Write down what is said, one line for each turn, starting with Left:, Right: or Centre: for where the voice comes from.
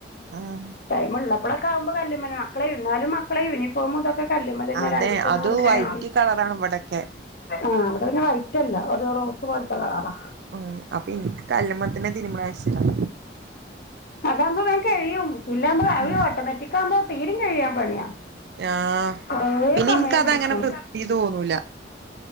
Right: ആഹ്
Left: ടൈമുള്ളപ്പളൊക്കെകുമ്പോ കല്ലുമ മക്കളെ ഇന്നാലും മക്കളെ യൂണിഫോം ഇതൊക്കെ കല്ലമ്മലഞ്ഞെ
Right: അതെ
Left: രണ്ടീസം
Right: അത്
Left: കൂടുമ്പളെ
Right: വൈറ്റ് കളറാണ് ഇവിടൊക്കെ
Left: ആഹ് അവിടെ വൈറ്റല്ല ഒരു റോസ് പോലത്ത കളറാ
Right: ഉം അപ്പൊ ഇനിക്ക് കല്ല്മ്മ ത്തന്നെ തിരുമ്ണതാഷ്ട്ടം
Left: അതാവുമ്പോ വേ കഴിയും ഇല്ലപോ അവ
Right: ഉം
Left: ഓട്ടോമാറ്റിക് ആവുമ്പോൾ തീരും കഴിയാൻ പണിയ
Right: ആഹ്
Left: കൊറേ
Right: പിന്നെ
Left: സമയം
Right: ഇൻക്കത്
Left: പിടിക്കും
Right: അങ്ങനെ വൃത്തി തോന്നൂല